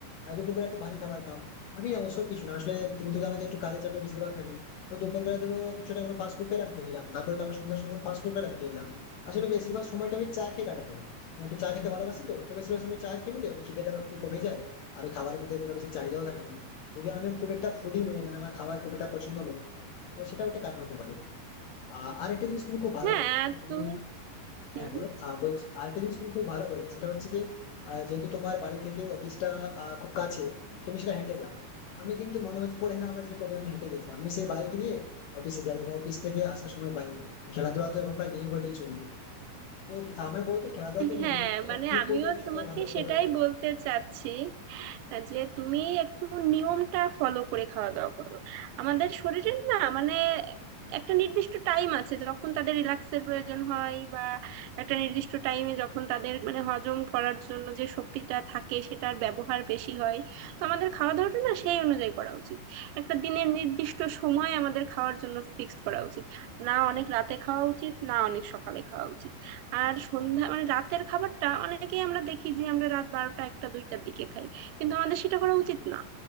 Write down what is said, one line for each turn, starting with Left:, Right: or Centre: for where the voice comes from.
Left: আহ, দুপুরবেলা একটু ভারী খাবার খাও আমি অবশ্য কিছু না আসলে তুমি তো জানো যে একটু কাজের চাপে বেশিরভাগ থাকি তো দুপুরবেলা ধরো কিছুটা কোনো ফাস্ট ফুড পেলাম খেয়ে নিলাম তারপরে তো আবার সন্ধ্যার সময় ফাস্ট ফুড পেলাম খেয়ে নিলাম আসলে বেশিরভাগ সময়টা আমি চা খেয়ে কাটাতাম আমি একটু চা খেতে ভালোবাসি তো তো বেশিরভাগ সময় চা খেয়ে নিলে খিদেটা একটু কমে যায় আর ওই খাবারের প্রতি এতটা বেশি চাহিদাও থাকে না যদি আমি খুব একটা ফুডি নই মানে আমার খাবার খুব একটা পছন্দ নয় তো সেটাও একটা কারণ হতে পারে আহ, আর একটা জিনিস তুমি খুব ভালো
Right: হ্যাঁ
Left: বলো
Right: তুমি
Left: তুমি
Right: হুম
Left: হ্যাঁ বলো আহ, বলছি আরেকটা জিনিস তুমি খুব ভালো বললে সেটা হচ্ছে যে আহ, যেহেতু তোমার বাড়ি থেকে অফিসটা আহ, খুব কাছে তো তুমি সেটা হেঁটে যাও আমি কিন্তু মনে হচ্ছে পড়ে না আমার যে কবে আমি হেঁটে গেছিলাম আমি সেই বাইক নিয়ে অফিসে যাই এবং অফিস থেকে আসার সময় বাইক খেলাধুলা তো এখন প্রায় নেই বললেই চলি তো আমার বলো তো খেলাধুলা তো
Right: হ্যাঁ
Left: নেই তো আমার
Right: মানে
Left: কি
Right: আমিও
Left: করলে আমি সেটাই
Right: তোমাকে
Left: ভালো রাখতে
Right: সেটাই
Left: পারবো
Right: বলতে চাচ্ছি যে তুমি একটু নিয়মটা ফলো করে খাওয়া দাওয়া করো আমাদের শরীরের না মানে একটা নির্দিষ্ট টাইম আছে যখন তাদের রিল্যাক্সের প্রয়োজন হয় বা একটা নির্দিষ্ট টাইমে যখন তাদের মানে হজম করার জন্য যে শক্তিটা থাকে সেটার ব্যবহার বেশি হয় তো আমাদের খাওয়া দাওয়াটা না সেই অনুযায়ী করা উচিত একটা দিনের নির্দিষ্ট সময় আমাদের খাওয়ার জন্য ফিক্সড করা উচিত না অনেক রাতে খাওয়া উচিত না অনেক সকালে খাওয়া উচিত আর সন্ধ্যা মানে রাতের খাবারটা অনেকেই আমরা দেখি যে আমরা রাত বারোটা একটা দুইটার দিকে খাই কিন্তু আমাদের সেটা করা উচিত না